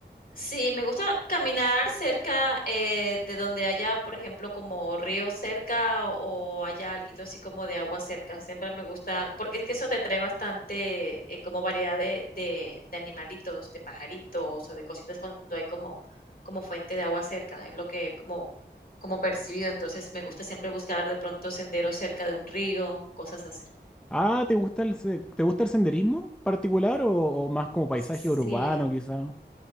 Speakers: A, on the left (about 55°); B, in the centre.
A: Sí, me gusta caminar cerca eh, de donde haya, por ejemplo, como río cerca o, o haya alguito así como de agua cerca. Siempre me gusta, porque es que eso te trae bastante eh, como variedad de, de, de animalitos, de pajaritos o de cositas cuando hay como, como fuente de agua cerca. Es lo que como, como percibido. Entonces me gusta siempre buscar de pronto senderos cerca de un río, cosas así.
B: Ah, ¿te gusta el, se- te gusta el senderismo particular o, o más como paisaje
A: Sí.
B: urbano quizá?